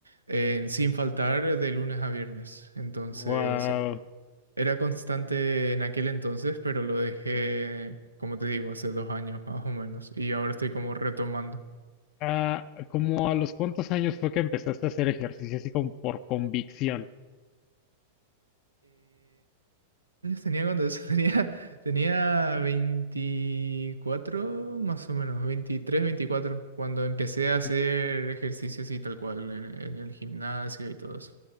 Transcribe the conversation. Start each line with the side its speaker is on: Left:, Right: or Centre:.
Right: en- sin faltar de lunes a viernes. Entonces,
Left: Wow.
Right: e- era constante en aquel entonces, pero lo dejé, como te digo, hace dos años más o menos y ahora estoy como retomando.
Left: Ah, ¿como a los cuántos años fue que empezaste a hacer ejercicio así como por convicción?
Right: años tenía cuando eso? <laughs> Tenía, tenía 24 más o menos, 23 24 cuando empecé a
Left: Es-
Right: hacer ejercicios y tal cual en, en el gimnasio y todo eso.